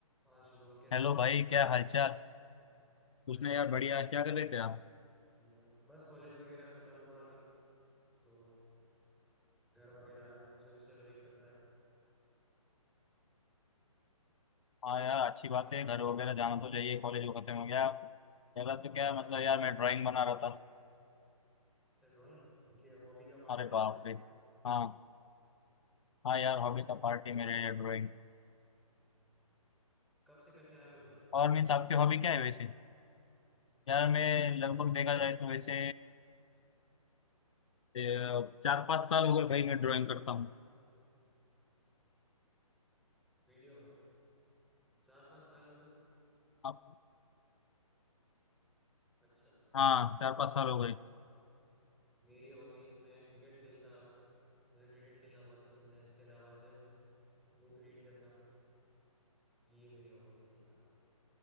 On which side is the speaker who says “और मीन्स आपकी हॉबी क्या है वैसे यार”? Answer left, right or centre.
Left